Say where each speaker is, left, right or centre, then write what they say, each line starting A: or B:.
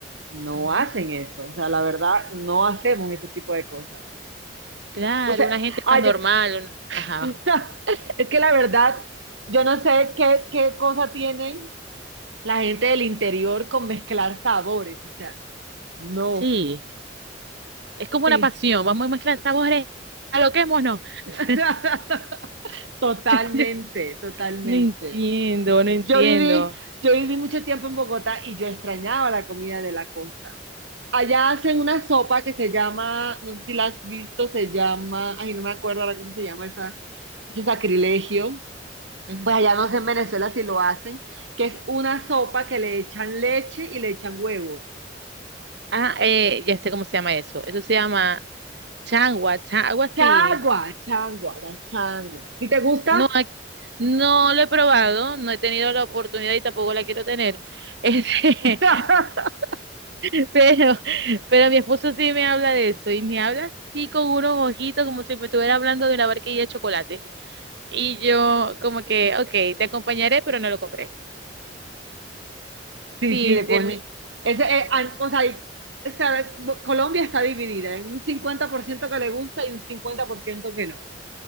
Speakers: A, on the right; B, on the right.
A: no
B: ujú.
A: hacen eso. O sea, la verdad, no hacemos ese tipo de cosas.
B: Claro,
A: O sea,
B: una gente
A: allá,
B: más normal. una- Ajá.
A: <laughs> es que la verdad, yo no sé qué, qué cosa tienen la gente del interior con mezclar sabores. O sea, no.
B: Sí. Es como
A: Sí.
B: una pasión, vamos a mezclar sabores, aloquémonos.
A: <laughs>
B: <laughs>
A: Totalmente,
B: Yo
A: totalmente.
B: no entiendo, no entiendo.
A: Yo viví, yo viví mucho tiempo en Bogotá y yo extrañaba la comida de la costa. Allá hacen una sopa que se llama, no sé si la has visto, se llama, ay, no me acuerdo ahora cómo se llama esa, ese sacrilegio.
B: <laughs> Ujú.
A: Pues allá no sé en Venezuela si lo hacen, que es una sopa que le echan leche y le echan huevo.
B: Ah, eh, ya sé cómo se llama eso. Eso se llama changua, cha- algo así.
A: Changua, changua, la changua. ¿Y te gusta?
B: No, ac- no lo he probado, no he tenido la oportunidad y tampoco la quiero tener. Este,
A: <laughs>
B: <laughs> pero, pero mi esposo sí me habla de eso y me habla así con unos ojitos como si me estuviera hablando de una barquilla de chocolate. Y yo como que, ok, te acompañaré, pero no lo compré.
A: Sí,
B: Sí,
A: sí, le pone.
B: sí,
A: Ese, eh, an- o sea, hay- o sea, Bo- Colombia está dividida. Hay un 50% que le gusta y un 50% que no.